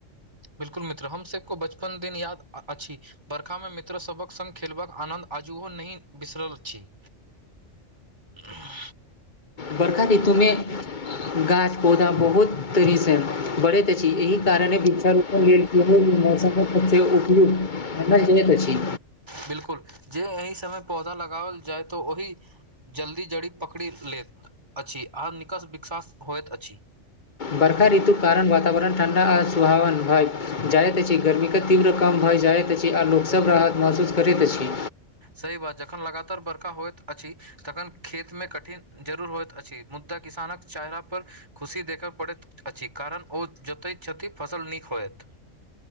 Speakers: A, on the right; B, on the left.
A: बिल्कुल मित्र हम सभको बचपन दिन याद अछि बरखामे मित्रसभक सङ्ग खेलबाक आनन्द आजुओ नहि बिसरल छी ह
B: बरखा ऋतुमे गाछ पौधा बहुत तेजी से बढ़ैत अछि एहि कारणे बिा रूप मौसमके प्रति उपयुक्त हम जनैत अछि
A: बिलकुल जे एहि समय पौधा लगाओल जाय तऽ ओहि जल्दी जड़ी पकड़ि लैत अछि आर निकस विकसास होइत अछि
B: बरखा ऋतु कारण वातावरण ठण्डा आ सुहावन भए जाइत अछि गर्मी के तीव्र कम भए जायइत अछि जे आ लोकसभ राहत महसूस करैत अछि
A: सही बात जखन लगातार बरका होइत अछि तखन खेतमे कठिन जरूर होइत अछि मुदा किसानक चेहरा पर खुशी देखय पड़ैत अछि कारण ओ जोतैत छथि फसल नीक होयत